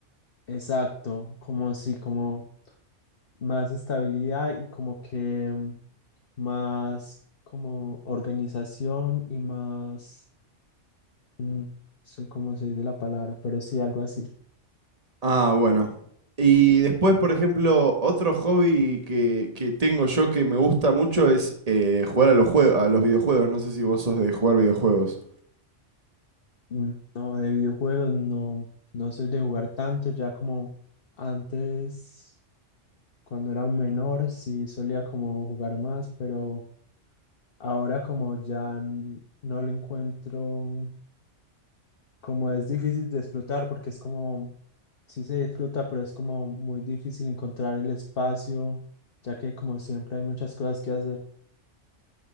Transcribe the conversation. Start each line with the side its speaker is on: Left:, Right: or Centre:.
Left: exacto, como sí, como más estabilidad y como que mm, más como organización y más... Mm, soy como soy de la palabra, pero sí, algo así.
Right: Ah, bueno. Y después, por ejemplo, otro hobby que, que tengo yo que me gusta mucho es eh, jugar a los jue- a los videojuegos. No sé si vos sos de jugar videojuegos.
Left: Mm, No, de videojuegos no, no soy de jugar tanto, ya como antes, cuando era menor, sí solía como jugar más, pero ahora como ya n- no lo encuentro, como es difícil disfrutar, porque es como, sí se disfruta, pero es como muy difícil encontrar el espacio, ya que como siempre hay muchas cosas que hacer.